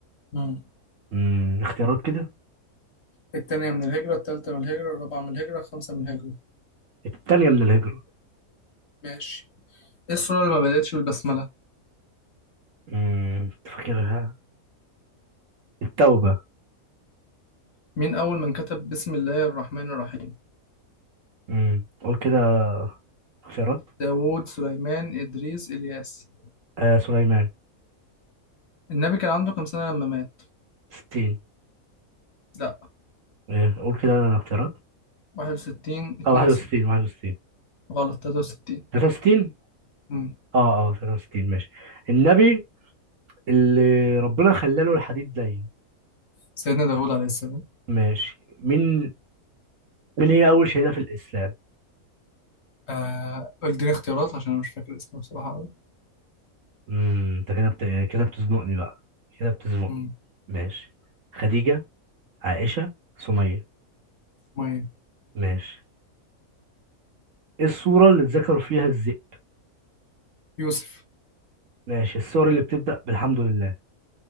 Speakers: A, on the left (about 55°); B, on the right (about 60°).
A: مم.
B: مم. اختيارات كده
A: التانية من الهجرة التالتة من الهجرة الرابعة من الهجرة الخامسة من الهجرة
B: التانية من الهجرة
A: ماشي إيه السورة اللي ما بدأتش بالبسملة
B: امم تفكرها التوبة
A: مين أول من كتب بسم الله الرحمن الرحيم
B: امم قول كده اختيارات
A: داوود سليمان إدريس إلياس
B: آه سليمان
A: النبي كان عنده كام سنة لما مات
B: 60
A: لا
B: آه قول كده اختيارات
A: 61 62
B: اه 61 61
A: غلط 63
B: 63
A: مم.
B: اه اه 63 ماشي النبي اللي ربنا خلاله الحديد لين
A: سيدنا داوود عليه السلام
B: ماشي مين مين هي أول شهيدة في الإسلام؟
A: آه قول لي اختيارات عشان انا مش فاكر اسمه بصراحة قوي
B: امم انت كده بت... كده بتزنقني بقى كده بتزنقني
A: امم
B: ماشي خديجة عائشة سمية
A: مية
B: ماشي ايه السورة اللي اتذكر فيها الذئب؟
A: يوسف
B: ماشي السور اللي بتبدأ بالحمد لله